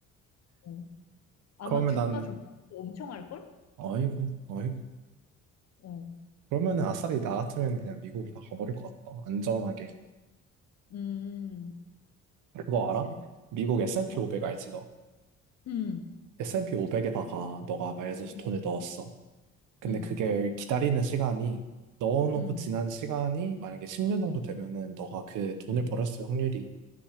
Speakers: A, on the left; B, on the right.
A: 어. 아마
B: 그러면
A: 주가
B: 난,
A: 조작 엄청 할걸?
B: 어이구, 어이구.
A: 어.
B: 그러면은 아싸리 나 같으면 그냥 미국으로 다 가버릴 것 같다. 안전하게.
A: 음,
B: 그거
A: 그치.
B: 알아? 미국 S&P
A: 어?
B: 500 알지, 너?
A: 음,
B: S&P 500에다가 너가 말해줘서
A: 음,
B: 돈을 넣었어. 근데
A: 음,
B: 그게 기다리는 시간이, 넣어놓고
A: 음,
B: 지난 시간이 만약에 10년 정도 되면은 너가 그 돈을
A: 음.
B: 벌었을 확률이,